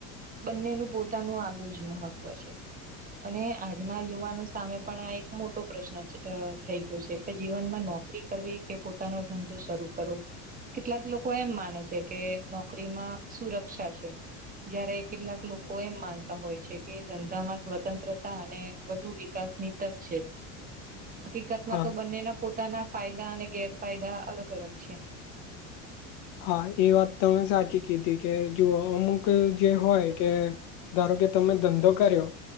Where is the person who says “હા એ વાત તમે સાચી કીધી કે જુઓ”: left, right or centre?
Left